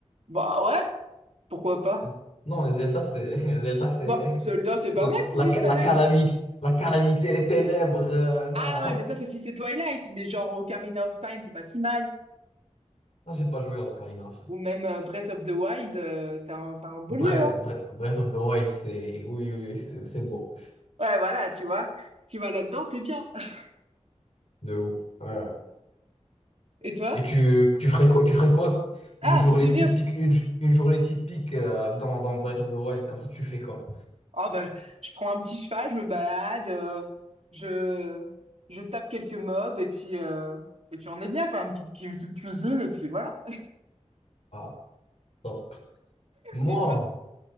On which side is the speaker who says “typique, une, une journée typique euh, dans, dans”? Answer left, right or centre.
Left